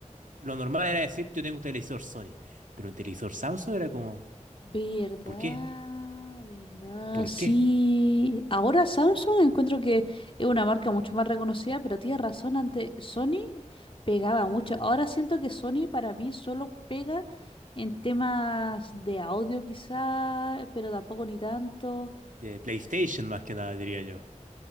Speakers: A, on the right; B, on the left.
A: Lo normal era decir, yo tengo un televisor Sony, pero un televisor Samsung era como,
B: Verdad,
A: ¿por qué?
B: verdad,
A: ¿Por
B: sí.
A: qué?
B: Ahora Samsung encuentro que es una marca mucho más reconocida, pero tienes razón, antes Sony pegaba mucho. Ahora siento que Sony para mí solo pega en temas de audio quizá, pero tampoco ni tanto.
A: De PlayStation más que nada, diría yo.